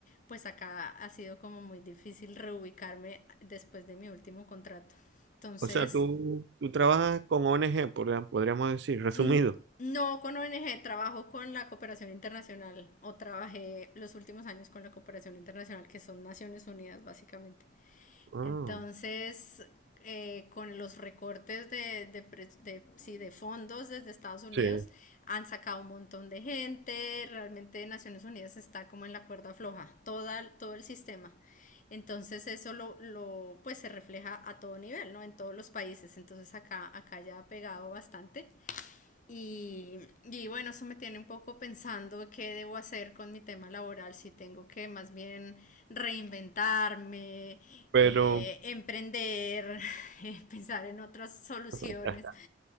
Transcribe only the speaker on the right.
O sea, tú, tú trabajas con ONG, podría- podríamos decir, resumido.
Ah,
Sí.
pero
<laughs>